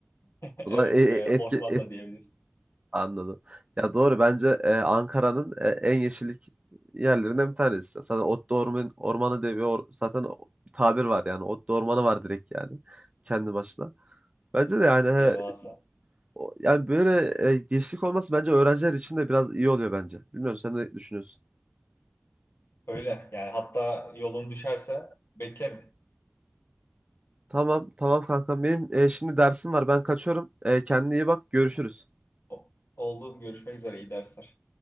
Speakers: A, on the left; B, on the right.
A: <laughs> Evet
B: O zaman e- e-
A: ve
B: etki,
A: orman da diyebiliriz.
B: Anladım. Ya doğru bence e, Ankara'nın e, en yeşillik yerlerinden bir tanesi. Zaten Otlu Orman, Ormanı diye bir or- zaten o- bir tabir var yani. Otlu Ormanı var direkt yani kendi başına. Bence de yani he,
A: Devasa.
B: o- yani böyle e, yeşillik olması bence öğrenciler için de biraz iyi oluyor bence. Bilmiyorum sen ne düşünüyorsun?
A: Öyle yani hatta yolun düşerse beklerim.
B: Tamam tamam kankam benim e, şimdi dersim var ben kaçıyorum. E, kendine iyi bak görüşürüz.
A: O- Oldu görüşmek üzere iyi dersler.